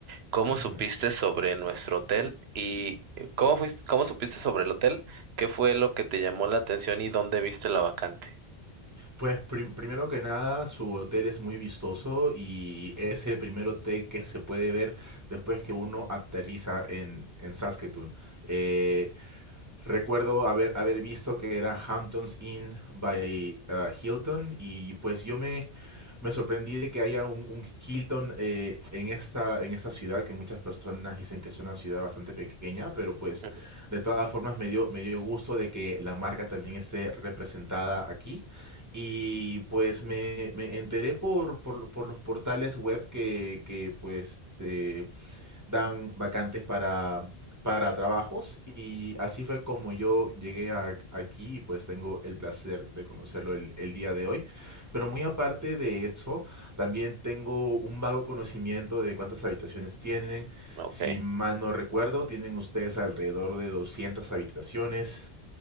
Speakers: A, on the right; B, on the right.
A: ¿cómo
B: ujú.
A: supiste sobre nuestro hotel y eh, cómo fuiste, cómo supiste sobre el hotel? ¿Qué fue lo que te llamó la atención y dónde viste la vacante?
B: Pues prim- primero que nada, su hotel es muy vistoso y es el primer hotel que se puede ver después que uno aterriza en, en Saskatoon. Eh, Recuerdo haber, haber visto que era Hamptons Inn by uh, Hilton y pues yo me, me sorprendí de que haya un, un Hilton eh, en esta, en esta ciudad que muchas personas dicen que es una ciudad bastante pequeña, pero pues
A: Mm,
B: de todas formas me dio, me dio gusto de que la marca también esté representada aquí. Y pues me, me enteré por, por, por los portales web que, que pues eh, dan vacantes para, para trabajos y así fue como yo llegué a- aquí y pues tengo el placer de conocerlo el, el día de hoy. Pero muy aparte de eso, también tengo un vago conocimiento de cuántas habitaciones tienen.
A: Ok,
B: Si mal no recuerdo, tienen ustedes alrededor de 200 habitaciones.